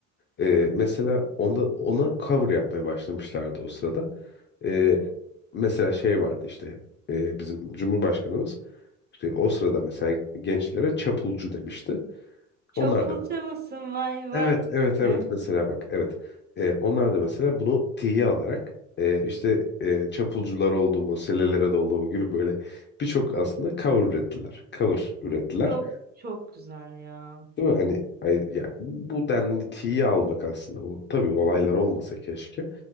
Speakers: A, on the left (about 30°); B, on the right (about 25°).
A: Ee, mesela onda, ona cover yapmaya başlamışlardı o sırada. Ee,
B: Hı hı.
A: mesela şey vardı işte e, bizim Cumhurbaşkanımız işte o sırada mesela gençlere çapulcu demişti.
B: Çok
A: Onlar
B: pulcu
A: da
B: musun? Vay
A: evet
B: vay.
A: evet
B: Heh.
A: evet
B: Evet.
A: mesela bak evet Ee, onlar da mesela bunu tiye alarak e, işte e, çapulcular olduğumu, selelere dolduğumu gibi böyle birçok aslında cover ürettiler. Cover ürettiler.
B: Çok çok güzel ya.
A: Değil mi? Hani ay- ya, bu denli tiye almak aslında. Bu, tabii olaylar olmasa keşke.